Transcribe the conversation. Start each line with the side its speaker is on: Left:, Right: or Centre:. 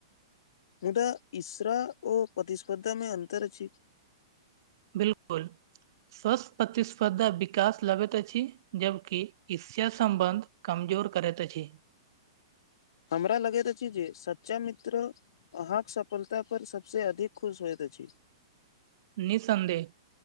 Left: मु तऽ इश्रा ओ प्रतिस्पर्धामे अन्तर छी
Right: बिलकुल स्वस्थ प्रतिस्पर्धा विकास लगैत अछि जबकि ईर्ष्या सम्बन्ध कमजोर करैत अछि
Left: हमरा लगैत अछि जे सच्चा मित्र अहाँक सफलता पर सभसँ अधिक खुश होइत अछि
Right: निसन्देह